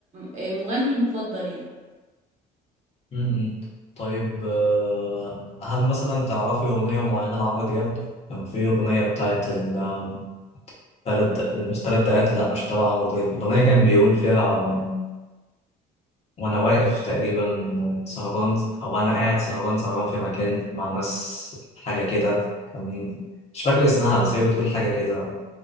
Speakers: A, on the right (about 45°); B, on the left (about 40°).
A: آه، مغني مفضل يعني
B: م-م. طيب آه، هل مثلا تعرفي اغنيه معينه لعمرو دياب كان في اغنيه بتاعت ال- آم، تلات دق- مش تلات دقات لا مش تبع عمرو دياب الأغنية كان بيقول فيها وانا واقف تقريبا سهران او انا قاعد سهران سهران في مكان مع ناس حاجه كده كان مش فاكر اسمها بس هي بتقول حاجه كده